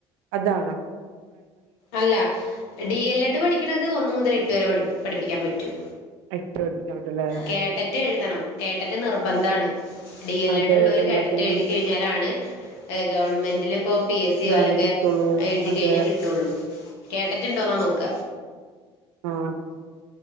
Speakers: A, on the right; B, on the left.
A: അതാണാ
B: അല്ല ഡി എൽ എഡ് പഠിക്കണത് ഒന്നു മുതൽ എട്ട് വരെ പഠിപ്പിക്കും പഠിപ്പിക്കാൻ പറ്റും
A: ആയിട്ട് പഠിപ്പിക്കാൻ പറ്റൂല്ലേ
B: കേട്ടറ്റ് എഴുതണം കേട്ടറ്റ് നിർബന്ധാണ് ഡി എൽ
A: അതെ
B: എഡ് ഉള്ളോര്
A: എല്ലാത്തിനും
B: കേട്ടറ്റ് എഴുതി കഴിഞ്ഞാലാണ് ഗവണ്മെന്റിൽ ഇപ്പോ പി എസ് സിയോ
A: ഗവൺമെന്റ്
B: അല്ലെങ്കി
A: കിട്ടുള്ളൂ
B: എഴുതി
A: അതെ
B: കഴിഞ്ഞാൽ കിട്ടുള്ളൂ കേട്ടിട്ടുണ്ടോ എന്നാ നോക്ക
A: ആഹ്